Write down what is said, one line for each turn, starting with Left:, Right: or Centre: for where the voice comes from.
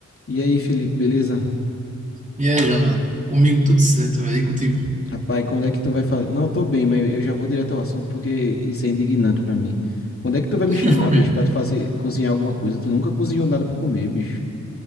Left: E aí, Felipe, beleza?
Right: E aí, Jonathan? Comigo tudo certo, velho. E contigo?
Left: Rapaz, quando é que tu vai fazer? Não, tô bem, mas eu já vou direto ao assunto porque isso é indignante pra mim. Quando é que tu vai me
Right: <laughs>
Left: chamar,
Right: Foi.
Left: bicho, pra tu fazer cozinhar alguma coisa? Tu nunca cozinhou nada pra comer, bicho.